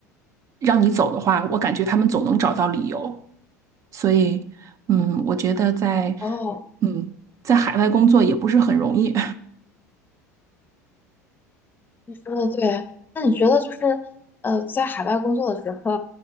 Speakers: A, on the right; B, on the left.
A: 让你走的话，我感觉他们总能找到理由。所以，嗯，我觉得在。
B: 哦，
A: 嗯，在海外工作也不是很容易。
B: 你说的对，那你觉得就是呃，在海外工作的时候，